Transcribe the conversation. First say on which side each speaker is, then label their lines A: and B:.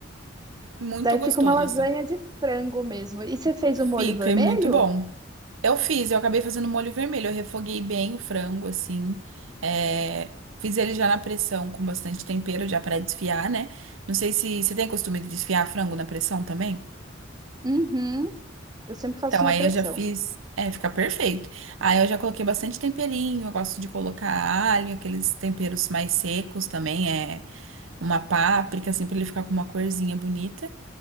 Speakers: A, on the right; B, on the right.
A: Muito
B: daí
A: gostoso,
B: fica uma lasanha
A: assim.
B: de frango mesmo. E você fez
A: Fica
B: o molho vermelho?
A: e muito bom. Eu fiz, eu acabei fazendo molho vermelho. Eu refoguei bem o frango, assim. É, Fiz ele já na pressão com bastante tempero, já para desfiar, né? Não sei se você tem costume de desfiar frango na pressão também.
B: Uhum. Eu sempre faço
A: Então,
B: na
A: aí
B: pressão.
A: eu já fiz. É, fica perfeito. Aí eu já coloquei bastante temperinho. Eu gosto de colocar alho, aqueles temperos mais secos também. É uma páprica, assim, pra ele ficar com uma corzinha bonita.